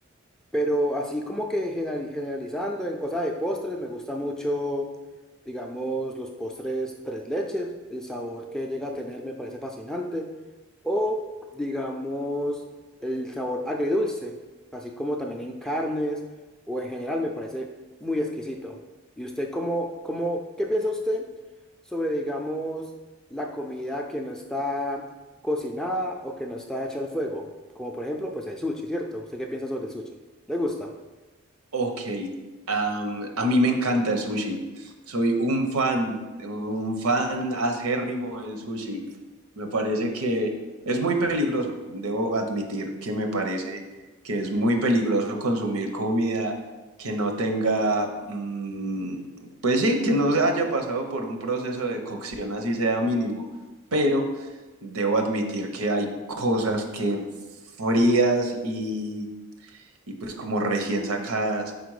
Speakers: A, in the centre; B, on the right.
A: Pero así como que generali- generalizando en cosas de postres, me gusta mucho, digamos, los postres tres leches. El sabor que llega a tener me parece fascinante. O, digamos, el sabor agridulce, así como también en carnes o en general, me parece muy exquisito. ¿Y usted cómo, cómo, qué piensa usted sobre, digamos, la comida que no está cocinada o que no está hecha al fuego? Como por ejemplo, pues el sushi, ¿cierto? ¿Usted qué piensa sobre el sushi? ¿Le gusta?
B: Ok, am, a mí me encanta el sushi. Soy un fan, un fan acérrimo del sushi. Me parece que es muy peligroso, debo admitir que me parece que es muy peligroso consumir comida que no tenga, mm, pues sí, que no se haya pasado por un proceso de cocción así sea mínimo. Pero debo admitir que hay cosas que frías y y pues como recién sacadas,